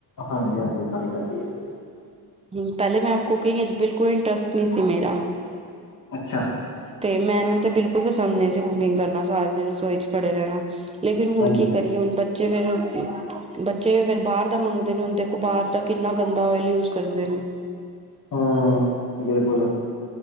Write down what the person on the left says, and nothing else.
ਹਾਂਜੀ ਹਾਂਜੀ ਖਾਣੀ ਪੈਂਦੀ ਏ।
ਅੱਛਾ
ਹਾਂਜੀ
ਹਾ ਬਿਲਕੁਲ।